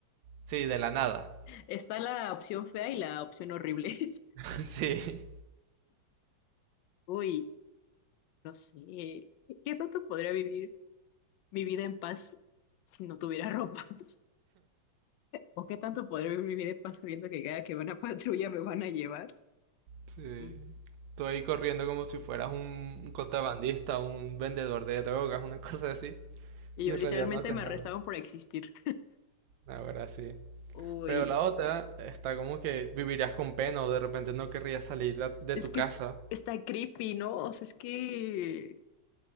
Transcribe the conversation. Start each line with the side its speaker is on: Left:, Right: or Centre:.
Right: Sí, de la nada.
Left: Está la opción fea y la opción horrible. <laughs>
Right: <laughs> Sí.
Left: Uy, no sé. ¿Qué tanto podría vivir mi vida en paz si no tuviera ropa? <laughs> ¿O qué tanto podría vivir mi vida en paz sabiendo que cada que van a <laughs> patrulla me van a llevar?
Right: Sí.
Left: Mm.
Right: Tú ahí corriendo como si fueras un un contrabandista, un vendedor de drogas, una cosa así.
Left: Y
Right: Y
Left: yo
Right: en
Left: literalmente
Right: realidad no haces
Left: me arrestaban
Right: nada.
Left: por existir.
Right: Ahora sí.
Left: Uy,
Right: Pero la otra está como que vivirías con pena o de repente no querrías salir de de
Left: Es
Right: tu
Left: que
Right: casa.
Left: es- está creepy, ¿no? O sea, es que...